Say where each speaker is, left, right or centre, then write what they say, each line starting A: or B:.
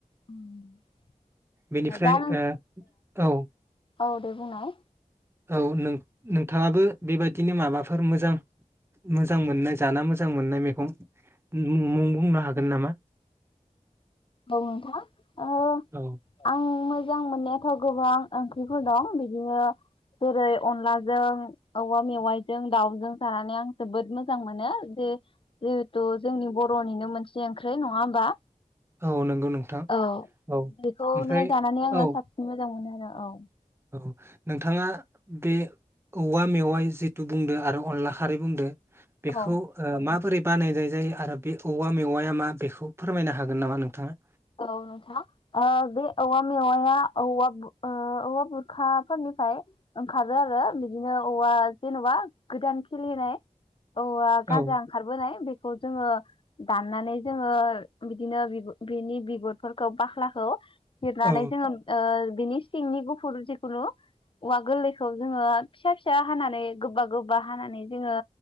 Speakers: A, on the left; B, on the right.
A: उम
B: बेनिफ्राय
A: दा नों
B: औ
A: औ दे बुंनाय
B: औ नों नोंथाङाबो बेबादिनो माबाफोर मोजां मोजां मोननाय जाना मोजां मोननाय मैगं मुं बुंनो हागोन नामा?
A: औ नोंथां ओ
B: औ
A: आं मोजां मोननायाथ' गोबां ओंख्रिफोर दं बिदिनो जेरै अनलाजों औवा मेवाइजों दाउजों जानानै आं जोबोद मोजां मोनो जे जिहेथु जोंनि बर'निनो मोनसे ओंख्रि नङा होमबा?
B: औ नंगौ नोंथां
A: औ
B: औ
A: बेखौनो
B: ओमफ्राय
A: जानानै आङो
B: औ
A: साबसिन मोजां मोनो औ
B: औ नोंथाङा बे औवा मेवाइ जिथु बुंदो आरो अनला खारै बुंदो बेखौ
A: औ
B: ओ मा बोरै बानायनाय जायो आरो बे औवा मेवाया मा बेखौ फोरमायनो हागोन नामा नोंथाङा?
A: औ नोंथां ओ बे औवा मेवाइआ औवा ओ औवा गुरखाफोरनिफ्राय ओंखारो आरो बिदिनो औवा जेनबा गोदान खेलिनाय अ गाजा
B: औ
A: ओंखारबोनाय बे खौ जोङो दाननानै जोङो बिदिनो बेनि बिगुरफोरखौ बाख्लाखौ फिरनानै
B: औ
A: जोङो ओ बिनि सिंनि गुफुर जिखुनु औवा गोरलैखौ जोङो फिसा फिसा हानानै गोबा गोबा हानानै जोङो